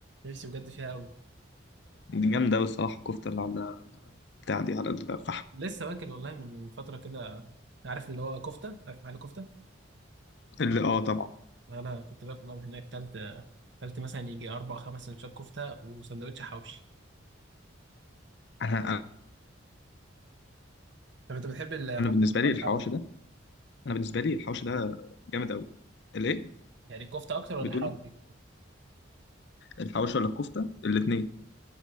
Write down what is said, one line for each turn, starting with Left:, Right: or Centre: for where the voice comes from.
Right: نفسي بجد فيها قوي
Left: دي جامده أوي الصراحه الكفته اللي على بتاع دي على الفحم
Right: لسه واكل والله من فترة كده عارف اللي هو كفتة عارف محل كفتة
Left: اللي اه طبعا
Right: أنا كنت باكل بقى من هناك كلت كلت مثلا يجي أربع خمس سندوتشات كفتة وسندوتش حواوشي
Left: انا
Right: طب أنت بتحب الكفتة
Left: انا
Right: أكتر
Left: بالنسبه لي
Right: ولا
Left: الحواوشي
Right: الحواوشي؟
Left: ده انا بالنسبه لي الحوش ده جامد قوي الايه
Right: يعني الكفتة أكتر ولا
Left: بتقول
Right: الحواوشي؟
Left: لي؟ الحوش ولا الكفته الاثنين